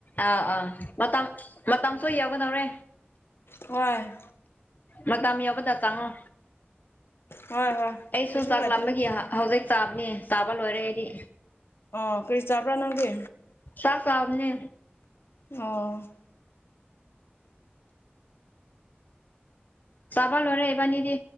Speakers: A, on the left; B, on the left.
A: ꯑꯥ ꯑꯥ ꯃꯇꯝ ꯃꯇꯝꯁꯨ ꯌꯥꯎꯒꯗꯧꯔꯦ
B: ꯍꯣꯏ
A: ꯃꯇꯝ ꯌꯥꯎꯕꯗ ꯆꯪꯉꯣ
B: ꯍꯣꯏ ꯍꯣꯏ
A: ꯑꯩꯁꯨ
B: ꯀꯩꯁꯨ
A: ꯆꯥꯛ
B: ꯀꯥꯏꯗꯦꯗ
A: ꯂꯥꯝꯕꯒꯤ ꯑꯍꯥꯛ ꯍꯧꯖꯤꯛ ꯆꯥꯕꯅꯤ ꯆꯥꯕ ꯂꯣꯏꯔꯦꯗꯤ
B: ꯑꯣ ꯀ꯭ꯔꯤ ꯆꯄ꯭ꯔꯥ ꯅꯪꯗꯤ
A: ꯆꯥꯛ ꯆꯥꯕꯅꯦ
B: ꯑꯣ
A: ꯆꯕꯥ ꯂꯔꯦ ꯏꯕꯥꯅꯤꯗꯤ